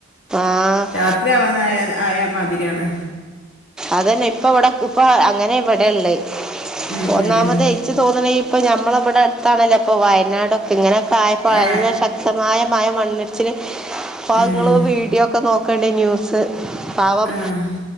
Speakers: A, in the centre; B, on the left.
A: ആഹ്
B: രാത്രിയാവാനായാൽ ആയമാതിരിയാണ്
A: അതന്നെ ഇപ്പവ്ടെ ഇപ്പൊ അങ്ങനെവിടെള്ളെ
B: ഉം
A: ഒന്നാമതെയ്
B: ഉം ഉം
A: ഇച്ച്തോന്ന് ണേ ഈ ഇപ്പൊഞമ്മളമ്പടെ ട്ത്താണല്ലോ ഇപ്പോ വയനാടൊക്കെ ഇങ്ങനെയൊക്കായപ്പോ
B: ഏ
A: നല്ലശക്തമായ മഴമണ്ണ്ട് ച്ച്ല് പ്പഹ്ങ്ങള്
B: ഉം
A: വീഡിയോക്കെ നോക്കെണ്ടി ന്യൂസ് പാവം
B: ആഹ്